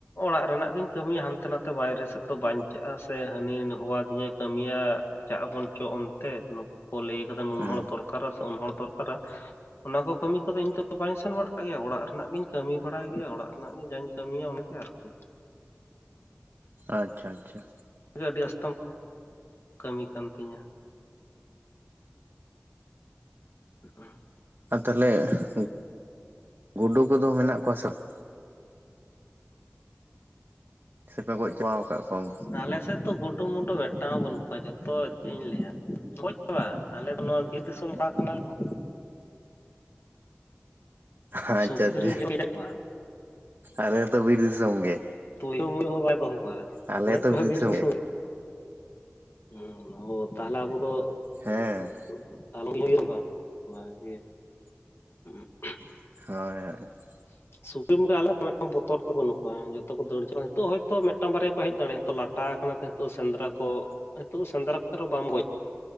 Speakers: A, on the left; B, on the right.
A: ᱚᱲᱟᱜ ᱨᱮᱱᱟᱜ ᱜᱤᱧ ᱠᱟᱹᱢᱤᱭᱟ ᱦᱟᱱᱛᱮ ᱱᱟᱛᱮ ᱵᱟᱭᱨᱮ ᱥᱮᱫ ᱫᱚ ᱵᱟᱧᱪᱟᱜᱼᱟ ᱥᱮ ᱦᱟᱹᱱᱤ ᱦᱚᱣᱟ ᱟᱹᱫᱤᱧᱟᱭ ᱠᱟᱹᱢᱤᱭᱟ ᱪᱟᱜ ᱟᱵᱚᱱ ᱪᱚ ᱚᱱᱛᱮ ᱱᱩᱠᱩ ᱠᱚ ᱞᱟᱹᱭ ᱠᱟᱫᱟ ᱱᱩᱱ
B: ᱦᱩᱸ
A: ᱦᱚᱲ ᱫᱚᱨᱠᱟᱨᱟ ᱥᱮ ᱩᱱ ᱦᱚᱲ ᱫᱚᱨᱠᱟᱨᱟ ᱚᱱᱟ ᱠᱚ ᱠᱟᱹᱢᱤ ᱠᱚᱫᱚ ᱤᱧ ᱫᱚ ᱵᱟᱹᱧ ᱥᱮᱱ ᱵᱟᱲᱟᱜ ᱜᱮᱭᱟ ᱚᱲᱟᱜ ᱨᱮᱱᱟᱜ ᱜᱤᱧ ᱠᱟᱹᱢᱤ ᱵᱟᱲᱟᱭ ᱜᱮᱭᱟ ᱚᱲᱟᱜ ᱨᱮᱱᱟᱜ ᱜᱮ ᱡᱟᱧ ᱠᱟᱹᱢᱤᱭᱟ ᱚᱱᱟᱜᱮ ᱟᱨᱠᱤ,
B: ᱟᱪᱪᱷᱟ ᱟᱪᱪᱷᱟ᱾
A: ᱜᱮ ᱟᱹᱰᱤ ᱟᱥᱛᱚᱢ <inaudible> ᱠᱟᱹᱢᱤ ᱠᱟᱱ ᱛᱤᱧᱟ᱾ <inaudible>
B: ᱟᱨ ᱛᱟᱦᱚᱞᱮ <inaudible> ᱜᱩᱰᱩ ᱠᱚᱫᱚ ᱢᱮᱱᱟᱜ ᱠᱚᱣᱟ ᱥᱮ ᱵᱟᱝ? ᱥᱮᱯᱮ ᱜᱚᱡ ᱪᱟᱵᱟ ᱟᱠᱟᱫ ᱠᱚᱣᱟ ᱩᱱᱠᱩ᱾
A: ᱟᱞᱮᱥᱮᱫ ᱫᱚ ᱜᱩᱰᱩ-ᱢᱩᱰᱩ ᱢᱤᱫᱴᱟᱝ ᱦᱚᱸ ᱵᱟᱹᱱᱩᱜ ᱠᱚᱣᱟ ᱡᱚᱛᱚ ᱪᱮᱫ ᱤᱧ ᱞᱟᱹᱭᱟ᱾ ᱜᱚᱡ <unintelligible> ᱟᱞᱮ ᱫᱚ ᱱᱚᱣᱟ ᱵᱤᱨ ᱫᱤᱥᱚᱢ <unintelligible> ᱠᱟᱱᱟᱞᱮ ᱛᱚ᱾
B: ᱟᱪᱪᱷᱟ
A: ᱥᱩᱠᱨᱤᱢ
B: ᱟᱪᱪᱷᱟ
A: ᱡᱚᱢ ᱠᱟᱜ ᱠᱚᱣᱟ?
B: ᱟᱞᱮ ᱦᱚᱛᱚ ᱵᱤᱨ ᱫᱤᱥᱚᱢᱚᱢ ᱜᱮ᱾
A: <unintelligible> ᱦᱚᱸ ᱵᱟᱭ <unintelligible> ᱠᱚᱣᱟ᱾ ᱦᱮᱸ
B: ᱟᱞᱮ
A: ᱟᱯᱮ
B: ᱦᱚᱸᱛᱚ ᱵᱤᱨ
A: ᱦᱚᱸᱵᱤᱨ
B: ᱫᱤᱥᱚᱢ
A: ᱫᱚᱥᱚᱢ ᱜᱮ? ᱦᱩᱸ ᱳ ᱛᱟᱦᱚᱞᱮ ᱟᱵᱚ ᱫᱚ
B: ᱦᱮᱸ
A: <unintelligible>
B: ᱦᱳᱭ ᱦᱳᱭ᱾
A: ᱥᱩᱠᱨᱤ <unintelligible> ᱟᱞᱮ ᱢᱤᱫᱴᱟᱝ ᱵᱚᱛᱚᱨ ᱛᱮ ᱵᱟᱹᱱᱩᱜ ᱠᱚᱣᱟ ᱡᱚᱛᱚ ᱠᱚ ᱫᱟᱹᱲ ᱪᱟᱵᱟ ᱱᱤᱛᱚᱜ ᱦᱭᱛᱳ ᱢᱮ ᱢᱤᱫᱴᱟᱝ ᱵᱟᱨᱭᱟ ᱠᱚ ᱦᱮᱡ ᱫᱟᱲᱮᱭᱟᱜᱼᱟ ᱱᱚᱜ ᱞᱟᱴᱟ ᱟᱠᱟᱱᱟ ᱛᱚ ᱱᱤᱛᱚᱜ ᱥᱮᱸᱫᱽᱨᱟ ᱠᱚ ᱱᱤᱛᱚᱜ ᱥᱮᱸᱨᱟ ᱠᱚ ᱨᱮᱦᱚ ᱵᱟᱢ ᱜᱚᱡ